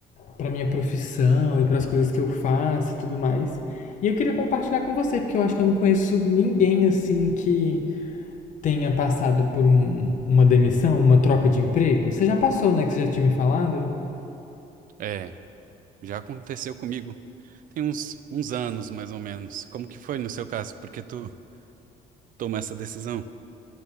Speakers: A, on the left (about 50°); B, on the right (about 55°).
A: pra minha profissão e pras coisas que eu faço e tudo mais. E eu queria compartilhar com você, porque eu acho que eu não conheço ninguém, assim, que tenha passado por um- uma demissão, uma troca de emprego? Você já passou, né? Que você já tinha me falado?
B: É, já aconteceu comigo. Tem uns, uns anos, mais ou menos. Como que foi no seu caso? Porque tu tomou essa decisão?